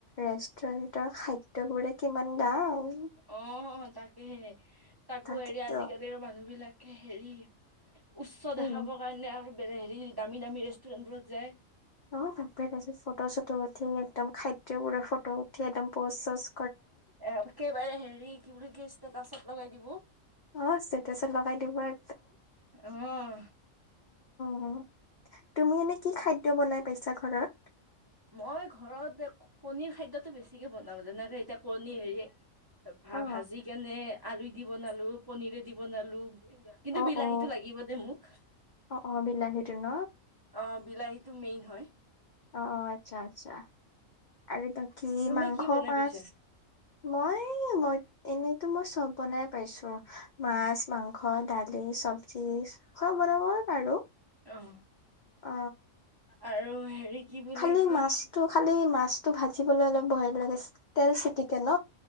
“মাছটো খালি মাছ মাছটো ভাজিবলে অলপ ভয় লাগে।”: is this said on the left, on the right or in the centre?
Left